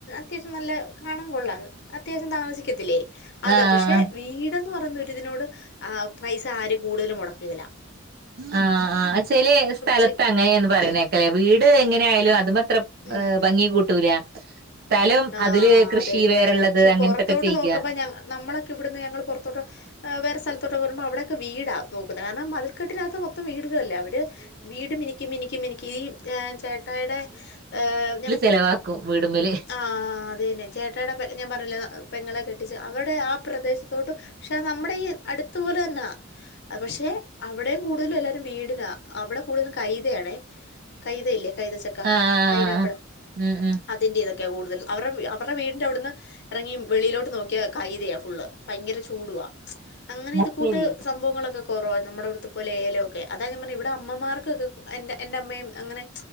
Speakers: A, on the left (about 55°); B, on the right (about 50°).
A: അത്യാവശ്യം നല്ല കാണാൻ കൊള്ളൻ അത്യാവശ്യം താമസിക്കത്തില്ലേ അതെ
B: ആഹ്
A: പക്ഷെ വീട്ന്ന് പറഞ്ഞൊരി ഇതിനോട് ആ പൈസ ആരും കൂടുതലും മുടക്കല്ല.
B: ആഹ് ആഹ് ചെല സ്ഥലത്ത്
A: ചെ
B: അങ്ങനെയാന്ന് പറിണ ക്കലെ, വീട് എങ്ങനെ ആയാലും അതിനത്രെ
A: ഉം
B: ഭംഗി കൂട്ടൂല. സ്ഥലം
A: ആഹ്
B: അതില് കൃഷി
A: അതന്നെ.
B: വേറെള്ളത്
A: പക്ഷെ
B: അങ്ങനത്തൊക്കെ
A: പൊറത്തോട്ട്
B: ചെയ്യ.
A: നോക്കുമ്പോ ഞ നമ്മളൊക്കെ ഇവിടുന്ന് ഞങ്ങൾ പുറത്തോട്ട് ഏഹ് വേറെ സ്ഥലത്തൊക്കെ വരുമ്പോ അവിടെക്കേ വീടാ നോക്കുന്നത് കാരണം മതിൽക്കെട്ടിനകത്ത് മൊത്തം വീടുകളല്ലോ. അവി ര് വീട് മിനുക്കി മിനുക്കി മിനുക്കി ഈ ചേട്ടായടെ ഏഹ് ഞ
B: ചിലവാക്കും വീടുമല്
A: ആഹ് അത് തന്നെ ചേട്ടയുടെ പെ ഞാൻ പറഞ്ഞില്ലേ പെങ്ങളെ കെട്ടിച്ച് അവിടെ ആഹ് പ്രദേശത്തോട്ട്. പക്ഷെ നമ്മുടെ ഈ അടുത്തപോലെ തന്നാ പക്ഷെ അവിടെയും കൂടുതലും എല്ലാരും വീടിന അവിടെ കൂടുതലും കൈതയാണേ. കൈതയില്ലേ കൈത ചക്ക
B: ആഹ്
A: പൈനാപ്പിൾ
B: ആഹ് ഉം ഉം
A: അതിൻ്റ ഇതൊക്കെ കൂടുതൽ അവരുടെ അവടെ വീടിന്റെറെ അവിടുന്ന്, ഇറങ്ങി വെളിയിലോട്ട് നോക്കിയ കൈതയ്യ ഫുള്. ഭയങ്കര ചൂടുവാ അങ്ങനെ ഇത്
B: അത്
A: കൂട്ട്
B: ശരി
A: സംഭവങ്ങളൊക്കെ കൊറവോ നമ്മുടെ ഇവുടുത്തെ പോലെ ഏലം ഒക്കെ, അതാ ഞൻ പറഞ്ഞ ഇവിടെ അമ്മമാർക്കൊക്കെ എന്റെ എന്റെ അമ്മയും അങ്ങനെ